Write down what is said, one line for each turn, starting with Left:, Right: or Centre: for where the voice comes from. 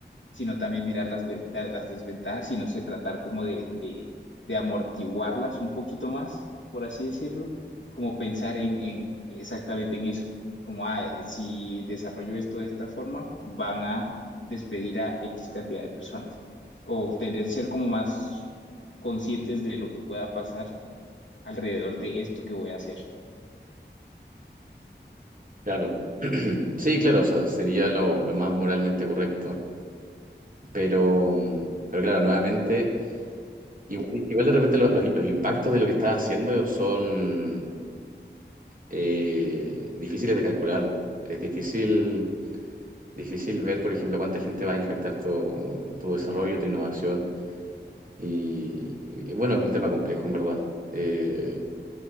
Left: sino también mirar las, ve- da- las desventajas y no sé, tratar como de, de, de amortiguarlas un poquito más, por así decirlo, como pensar en, en exactamente en eso, como, ah, eh, si desarrollo esto de esta forma, van a despedir a X cantidad de personas o tener, ser como más conscientes de lo que pueda pasar alrededor de esto que voy a hacer.
Right: Claro. <clears throat> Sí, claro, o sea, sería lo, lo más moralmente correcto. Pero, mm, pero claro, nuevamente, igual, igual de repente lo- los, los impactos de lo que estás haciendo son eh, difíciles de calcular. Es difícil, difícil ver, por ejemplo, cuánta gente va a impactar tu, tu desarrollo, tu innovación. Y, y bueno, es un tema complejo, en verdad. Eh,